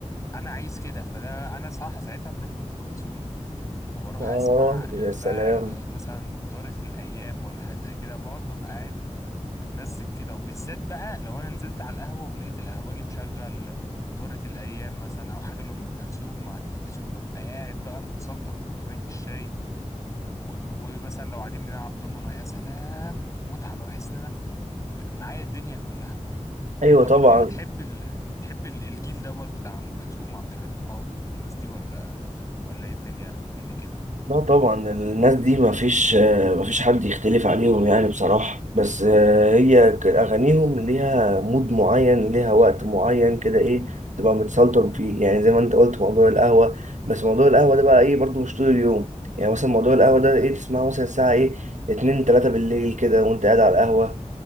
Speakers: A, on the left; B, on the right.
A: انا عايز كده فده انا صراحه ساعتها بروح لام كلثوم وبروح
B: اه
A: اسمع اللي
B: يا سلام
A: بقى مثلا دارة الايام ولا حاجه زي كده بقعد ببقى قاعد متمزج كده وبالذات بقى لو انا نزلت على القهوه ولقيت القهوجي مشغل دارة الايام مثلا او حاجه لام كلثوم على التلفزيون ببقى قاعد بقى متسلطن بكوبايه الشاي و... ومثلا لو قاعدين بنلعب دومنا يا سلام متعه بقى بحس ان انا م- معايا الدنيا كلها
B: ايوه
A: انت برضو
B: طبعا
A: بتحب ال... بتحب ال- الجيل دوت بتاع ام كلثوم عبد الحليم حافظ والناس دي ولا ولا ايه الدنيا قول لي كده
B: لا طبعا الناس دي ما فيش ما فيش حد يختلف عليهم يعني بصراحة بس آه، هي ك- أغانيهم ليها مود معين ليها وقت معين كده إيه تبقى متسلطن فيه يعني زي ما أنت قلت موضوع القهوة بس موضوع القهوة ده بقى إيه برضو مش طول اليوم يعني مثلا موضوع القهوة ده إيه تسمعه مثلا الساعة إيه اتنين تلاتة بالليل كده وأنت قاعد على القهوة